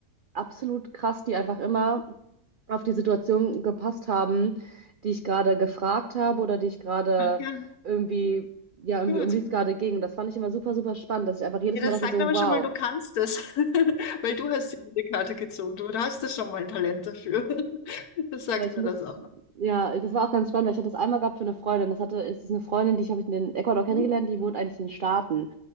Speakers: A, on the right; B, on the left.
A: absolut krass die einfach immer auf die Situation gepasst haben, die ich gerade gefragt habe oder die ich gerade
B: Ach ja,
A: irgendwie, ja, irgendwie,
B: gut.
A: um die es gerade ging. Und das fand ich immer super, super spannend, dass ich einfach jedes
B: Ja,
A: Mal
B: das
A: dachte
B: sagt
A: so,
B: aber
A: wow.
B: schon mal, du kannst es, <laughs> weil du hast dir diese Karte gezogen. Du hast da schon mal ein Talent dafür. <laughs> Das sagt
A: Ja, ich
B: mir
A: muss,
B: das auch.
A: ja, das war auch ganz spannend, weil ich hatte das einmal gehabt für eine Freundin. Das hatte, es ist eine Freundin, die ich habe ich in Ecuador kennengelernt,
B: Mhm.
A: die wohnt eigentlich in den Staaten.